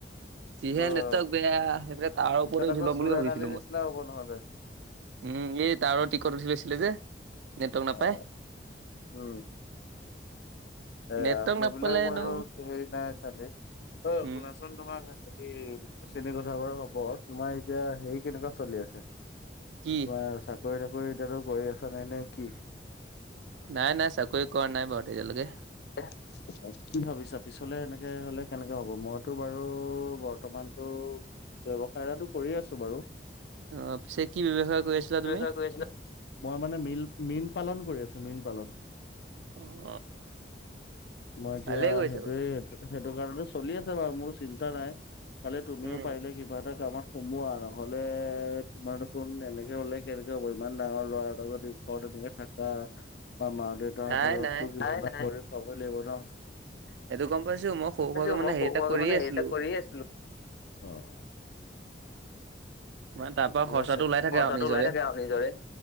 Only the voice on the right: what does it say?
কিহে ন বেয়া সেইফে তাৰ
ওপৰতে উঠ
লম
বুলি ভাবিছিলো
মই
উম এই টাৱাৰৰ টিকট উঠি লৈছিলে যে নেটৱৰ্ক নাপায়
নেটৱৰ্ক
নাপালেনো
উম
কি
নাই নাই চাকৰি কৰা নাই বাৰু তেতিয়ালৈকে
অঁ পিছে কি ব্যৱসায় কৰি আছিলা
তুমি
অ'।
ভালেই কৰিছা
বাৰু
উম
নাই নাই
সেইটো গম পাইছো মই সৰু সুৰাকে
মানে
হেৰি
এটা
কৰিয়ে
আছিলো
মানে তাৰ
পৰা খৰচাটো
ওলাই থাকে
আৰু নিজৰে